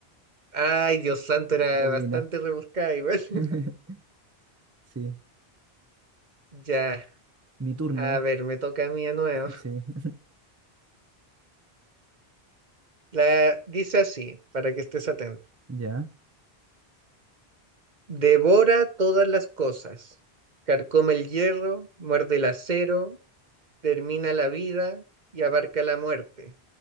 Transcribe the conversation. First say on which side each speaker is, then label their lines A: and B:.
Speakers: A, on the right (about 45°); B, on the right (about 20°).
A: Ay, Dios santo, era
B: La- Lo adivinaste.
A: bastante rebuscada igual. <laughs>
B: <laughs> Sí,
A: Ya,
B: mi turno.
A: a ver, me toca a mí de nuevo.
B: Sí, <laughs>
A: La dice así, para que estés atento.
B: ya.
A: Devora todas las cosas, carcome el hierro, muerde el acero, termina la vida y abarca la muerte,